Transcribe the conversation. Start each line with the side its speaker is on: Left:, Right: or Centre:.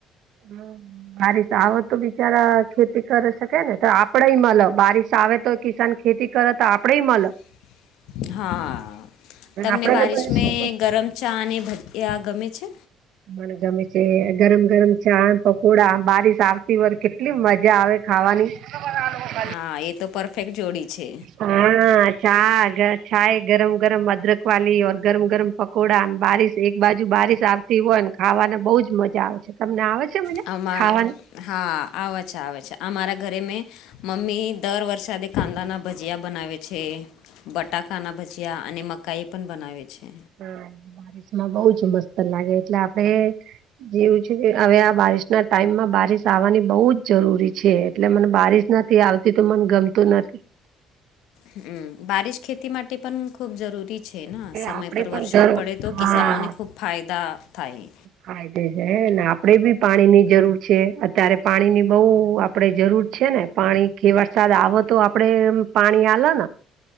Right: હમ. બારિશ આવ તો બિચારા ખેતી કરે શકે ને તો આપડેય મલ બારિશ આવે તો કિસાન ખેતી કર તો આપડેય મલ.
Left: હ હા તમને
Right: આપડને
Left: બારિશ
Right: પછી
Left: મે
Right: શું
Left: ગરમ ચા અને ભજીયા ગમે છે?
Right: મને ગમે છે ગરમ ગરમ ચા ન પકોડા બારીશ આવતી હોય કેટલી મજા આવે ખાવાની. <unintelligible>
Left: હા એ તો પરફેક્ટ જોડી છે.
Right: હા ચા ગ ચાય ગરમ ગરમ અદરક ક્વાલી ઓર ગરમ ગરમ પકોડાન બારિશ એક બાજુ બારિશ આવતી હોયન ખાવાના બહુજ મજા આવે છે તમને આવે છે મજા
Left: આમાં
Right: ખાવાની?
Left: હા આવ છ આવે છે અમારા ઘરે મેં મમ્મી દર વરસાદે કાંદાના ભજીયા બનાવે છે બટાકાના ભજીયા અને મકાઈ પન બનાવે છે.
Right: હા <unintelligible> બારિશ માં બહું જ મસ્ત લાગે એટલે આપડે જેવું છે કે હવે આ બારિશ ના ટાઈમમાં બારિશ આવવાની બહુ જ જરૂરી છે એટલે મને બારીશ નથી આવતી તો મને ગમતું નથી.
Left: હમ બારિશ ખેતી માટે પન ખુબ જરૂરી છે ન
Right: એ
Left: સમય
Right: આપડે
Left: પર
Right: પણ
Left: વરસાદ
Right: ઘર
Left: પડે તો
Right: હા
Left: કિસાનોને ખુબ ફાયદા થાય.
Right: ફાયદે છે હેને આપડે બી પાણી ની જરૂર છે અતારે પાણીની બહુ આપડે જરૂર છે ને. પાણી કે વરસાદ આવ તો આપડે એમ પાણી આલ ન.